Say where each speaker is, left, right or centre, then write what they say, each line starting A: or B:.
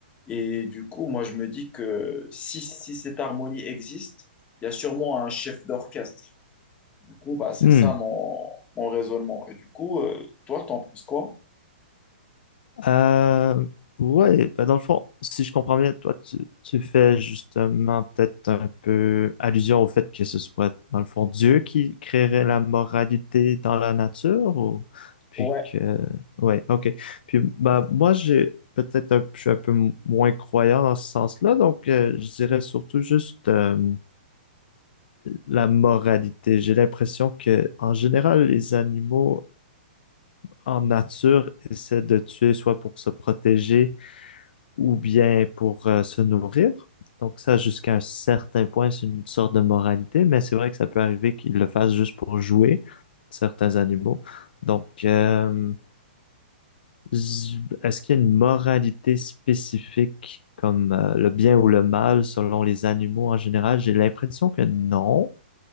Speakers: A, on the left (about 20°); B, on the left (about 65°).
A: Et du coup, moi, je me dis que si, si cette harmonie existe, il y a sûrement un chef d'orchestre. Du coup, bah, c'est
B: Hmm.
A: ça mon, mon raisonnement. Et du coup, euh, toi, t'en penses quoi?
B: Euh, ouais, bah, dans le fond, si je comprends bien, toi, tu, tu fais justement peut-être un peu allusion au fait que ce soit, dans le fond, Dieu qui créerait la moralité dans la nature, ou... puis
A: Ouais,
B: que, ouais, ok. Puis, bah, moi, j'ai peut-être un, je suis un peu m- moins croyant dans ce sens-là, donc euh, je dirais surtout juste euh, la moralité. J'ai l'impression que, en général, les animaux en nature essaient de tuer soit pour se protéger ou bien pour euh, se nourrir. Donc ça, jusqu'à un certain point, c'est une sorte de moralité, mais c'est vrai que ça peut arriver qu'ils le fassent juste pour jouer certains animaux. Donc, euh, z- est-ce qu'il y a une moralité spécifique comme euh, le bien ou le mal selon les animaux en général? J'ai l'impression que non,